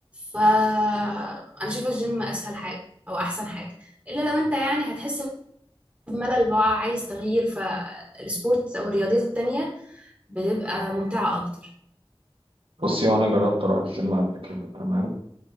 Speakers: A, on the right; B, on the right.
A: فأنا شايفة الجيم اسهل حاجة او احسن حاجة الا لو انت يعني هتحس بملل بقى عايز تغيير فالسبورت او الرياضيات التانية بتبقى ممتعة أكتر
B: بصي وأنا جربت أروح الجيم قبل كده تمام